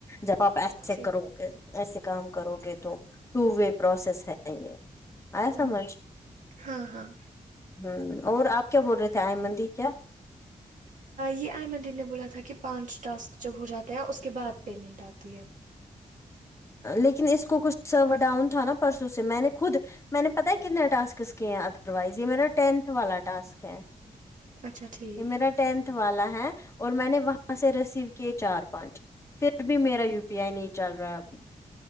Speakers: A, on the left; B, on the right.
A: جب آپ ایسے
B: ٹھیک
A: کرو گے ایسے کام کرو گے تو ٹو وے پروسیس ہے یہ آیا
B: ہوں
A: سمجھ
B: ہاں ہاں
A: ہوں اور آپ کیا بول رہے تھے آئمن دی کیا
B: یہ آئمن دی نے بولا تھا کہ پانچ ٹاسک جب ہو جاتا ہے اس کے بعد پیمنٹ آتی ہے
A: لیکن اس کو کچھ سرور ڈاؤن تھا نا پرسوں سے میں نے خود میں نے پتا کتنے ٹسکس کا کیے ادر وائز یہ میرا ٹینتھ والا ٹاسک ہے
B: اچھا ٹھیک
A: یہ میرا ٹینتھ والا ہے اور میں نے وہاں سے ریسیو کیے چار پانچ پھر بھی میرا یو پی آئی نہیں چل رہا ہے ابھی